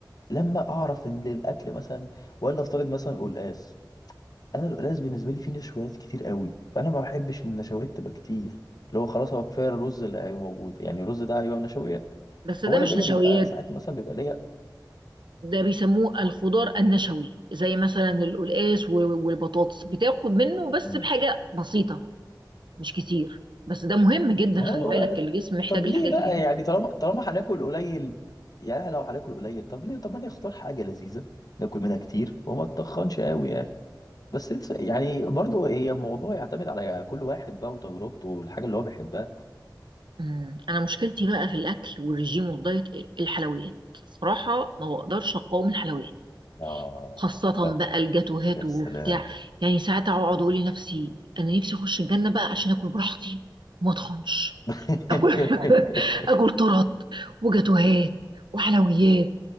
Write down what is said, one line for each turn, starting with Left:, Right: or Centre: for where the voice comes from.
Left: لما اعرف ان الاكل مثلا ولا افترض مثلا قلقاس انا القلقاس بالنسبه لي فيه نشويات كتير قوي فانا ما بحبش النشويات تبقى كتير اللي هو خلاص هو كفايه الرز اللي هيبقى موجود يعني الرز ده هيبقى نشويات
Right: بس ده
Left: فهو انا
Right: مش
Left: ليا
Right: نشويات
Left: بيبقى ساعات مثلا بيبقى ليا
Right: ده بيسموه الخضار النشوي زي مثلا القلقاس و- والبطاطس بتاخد منه بس
Left: امال
Right: بحاجه بسيطه مش كتير بس ده مهم جدا
Left: ما
Right: خلي
Left: هو
Right: بالك يعني الجسم محتاج
Left: طب
Right: الحاجات
Left: ليه بقى
Right: دي جداً.
Left: يعني طالما طالما هناكل قليل يعني لو هناكل قليل طب ليه طب ما نختار حاجة لذيذة ناكل منها كتير وما تتخنش قوي يعني بس it's- يعني برضو هي الموضوع يعتمد على كل واحد بقى وتجربته والحاجة اللي هو بيحبها
Right: أمم، انا مشكلتي بقى في الاكل والرجيم والدايت الحلويات صراحة ما بقدرش اقاوم الحلويات
Left: آه
Right: خاصة بقى الجاتوهات
Left: يا سلام
Right: وبتاع يعني ساعات اقعد اقول لنفسي انا نفسي اخش الجنة بقى عشان اكل براحتي وما اتخنش
Left: <laughs>
Right: اكل <laughs> اكل طرط وجاتوهات وحلويات